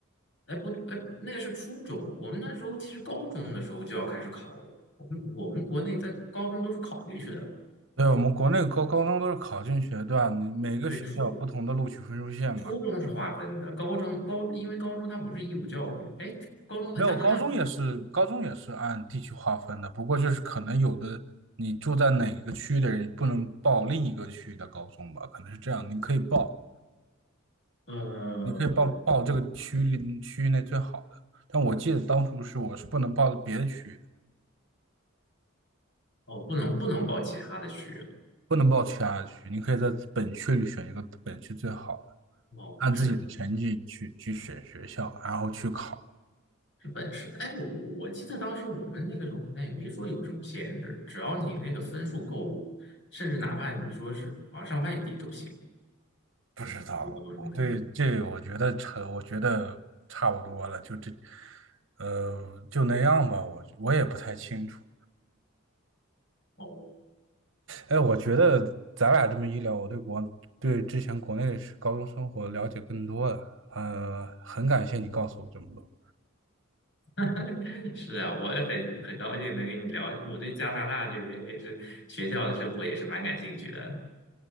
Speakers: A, on the left (about 60°); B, on the right (about 60°).
A: 哎不哎，那个是初中，我们那时候其实高中的时候就要开始考了。我们我们国内在高中都是考进去的，
B: 对，我们国内高高中都是考进学段，你每个学校有不同的录取分数线嘛。
A: 对初初中是划分的，高中高因为高中它不是义务教育，哎，高中在加拿大
B: 没有，高中也是，高中也是按地区划分的，不过就是可能有的你住在哪一个区域的人，你不能报另一个区域的高中吧，可能是这样，你可以报，
A: 呃，
B: 你可以报报这个区域区域内最好的，但我记得当初是我是不能报别的区域的
A: 哦，不能不能报其他的区，
B: 不能报其他的区，你可以在本区里选一个本区最好的，
A: 哦，
B: 按自己的成绩去去选学校，
A: 只能
B: 然后去考。
A: 是本市哎，我我记得当时我们那个时候好像也没说有这种限制，只要你那个分数够，甚至哪怕你说是好像上外地都行，
B: 不知道，
A: 对高中来讲。
B: 对，这我觉得差，我觉得差不多了，就这，呃，就那样吧。我我也不太清楚，
A: 哦，
B: 哎，我觉得咱俩这么一聊，我对国对之前国内的高中生活了解更多了。呃，很感谢你告诉我这么多。
A: <laughs> 是啊，我也很很高兴能跟你聊，我对加拿大这边也是学校的生活也是蛮感兴趣的。